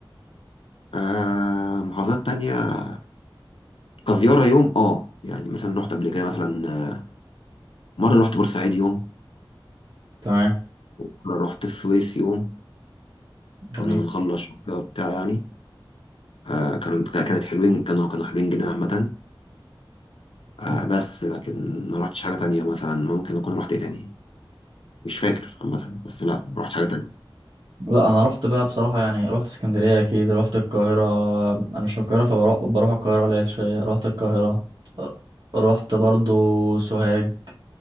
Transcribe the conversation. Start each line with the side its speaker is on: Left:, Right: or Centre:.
Left: آه محافظات تانية كزيارة يوم اه يعني مثلا رحت قبل كده مثلا مرة رحت بورسعيد يوم
Right: تمام
Left: ومرة رحت السويس يوم
Right: جميل
Left: كنا بنخلص كده وبتاع يعني آه كانت كانت حلوين كانوا كانوا حلوين جدا عامة آه
Right: مم.
Left: بس لكن ما رحتش حاجة تانية مثلا ممكن أكون رحت إيه تاني مش فاكر عامة بس لا ما رحتش حاجة تانية
Right: لا انا رحت بقى بصراحه يعني رحت اسكندريه اكيد رحت القاهره انا مش من القاهره فبروح بروح القاهره قليل شويه رحت القاهره رحت برضو سوهاج